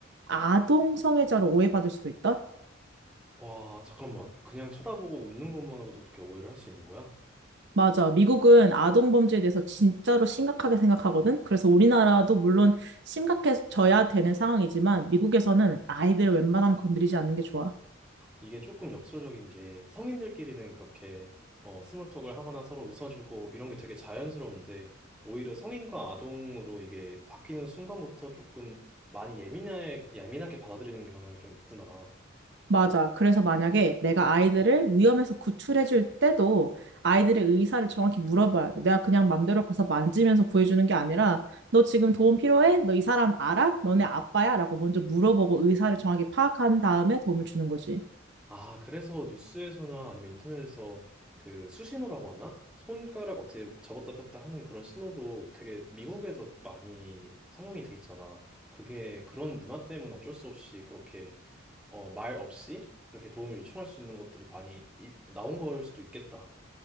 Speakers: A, on the right; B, in the centre.
A: 아동 성애자로 오해받을 수도 있다.
B: 어. 와 잠깐만 그냥 쳐다보고 웃는 것만으로도 그렇게 오해를 할 수 있는 거야?
A: 맞아. 미국은 아동 범죄에 대해서 진짜로 심각하게 생각하거든. 그래서 우리나라도 물론 심각해져야 되는 상황이지만 미국에서는 아이들을 웬만하면 건드리지 않는 게 좋아.
B: 이게 조금 역설적인 게 성인들끼리는 그렇게 어, 스몰톡을 하거나 서로 웃어주고 이런 게 되게 자연스러운데 오히려 성인과 아동으로 이게 바뀌는 순간부터 조금 많이 예민해, 예민하게 받아들이는 경향이 좀 있구나.
A: 맞아. 그래서 만약에 내가 아이들을 위험에서 구출해줄 때도 아이들의 의사를 정확히 물어봐야 돼. 내가 그냥 맘대로 가서 만지면서 구해주는 게 아니라 너 지금 도움 필요해? 너 이 사람 알아? 너네 아빠야? 라고 먼저 물어보고 의사를 정확히 파악한 다음에 도움을 주는 거지.
B: 아, 그래서 뉴스에서나 아니면 인터넷에서 그 수신호라고 하나? 손가락 어떻게 접었다 폈다 하는 그런 신호도 되게 미국에서 많이 상용이 돼 있잖아. 그게 그런 문화 때문에 어쩔 수 없이 그렇게 어, 말 없이 그렇게 도움을 요청할 수 있는 것들이 많이 이- 나온 걸 수도 있겠다.